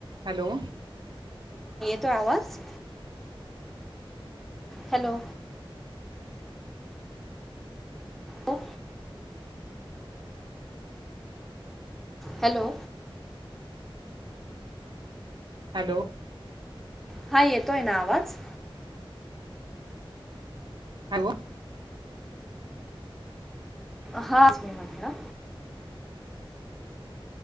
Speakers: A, on the right; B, in the centre.
A: Hello.
B: येतोय आवाज? Hello. Hello. Hello.
A: Hello.
B: हा येतोय ना आवाज?
A: हॅलो.
B: हा. तेच मी म्हटलं.